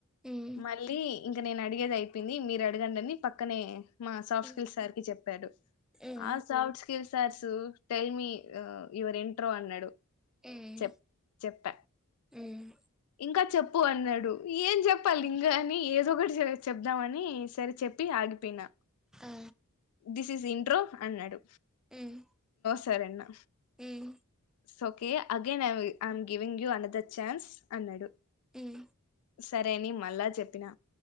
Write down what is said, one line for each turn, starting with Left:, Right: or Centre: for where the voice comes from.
Centre: ఉమ్
Left: మళ్ళీ ఇంక నేను అడిగేది అయిపోయింది మీరు అడగండిని పక్కనే మా సాఫ్ట్
Centre: ఉమ్
Left: స్కిల్స్ సారికి చెప్పాడు
Centre: ఉమ్
Left: ఆ సాఫ్ట్ స్కిల్స్ సార్సు టెల్ మీ యువర్ ఇంట్రో అన్నాడు
Centre: ఉమ్
Left: చెప్ చెప్ప
Centre: ఉమ్,
Left: ఇంకా చెప్పు చెప్పు అన్నాడు ఏం చెప్పా లింగ అని ఏదో ఒకటి చెప్దామని సరే చెప్పి ఆగిపోయినా
Centre: ఆ
Left: దిస్ ఇస్ ఇంట్రో అన్నాడు
Centre: ఉం
Left: సరేన్న
Centre: ఉం
Left: it's okay again I I'm giving you another chance అన్నాడు
Centre: ఉం
Left: సరే అని మళ్ళా చెప్పినా